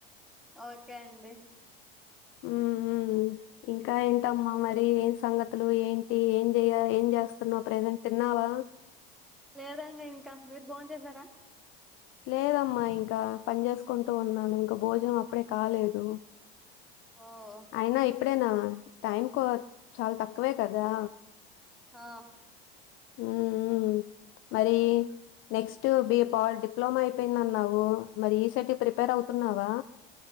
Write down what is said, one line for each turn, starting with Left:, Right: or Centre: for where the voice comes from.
Centre: ఓకే అండి
Left: ఉ ఉ ఇంకా ఏంటమ్మా మరి ఏం సంగతులు ఏంటి ఏం చెయ్య ఏం చేస్తున్నావు. ప్రజెంట్ తిన్నావా
Centre: లేదండి ఇంకా మీర్ బోన్ చేసారా
Left: లేదమ్మా ఇంకా పని చేసుకుంటూ ఉన్నాను. ఇంకా భోజనం అప్పుడే కాలేదు.
Centre: ఆ హా
Left: అయినా ఇప్పుడేనా టైం కో చాలా తక్కువే కదా
Centre: ఆ
Left: హ్ హ్ మరి నెక్స్ట్ బి పాల్ డిప్లమా అయిపోయిందన్నావు. మరి ఈ సే ట్ కు ప్రిపేర్ అవుతున్నావా